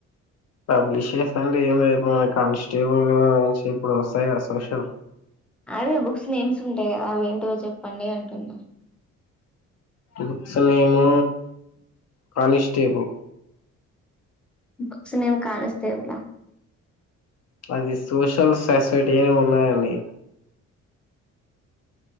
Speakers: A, on the left; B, in the centre.
A: పబ్లిష్ చేస్తాండి ఏం లేడు మన కానిస్టేబుల్ ఇప్పుడు వస్తాయి కదా సోషల్
B: అదే బుక్స్ నేమ్స్ ఉంటాయి కదా అవి ఏంటో చెప్పండి అంటున్నా
A: books name constable
B: books name constable లా
A: అది సోషల్ ససైటీ అని ఉన్నాయండి.